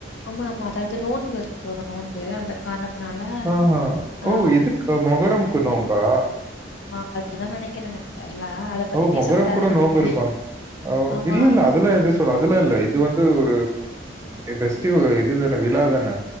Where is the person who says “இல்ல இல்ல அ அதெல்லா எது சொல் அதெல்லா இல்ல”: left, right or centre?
Right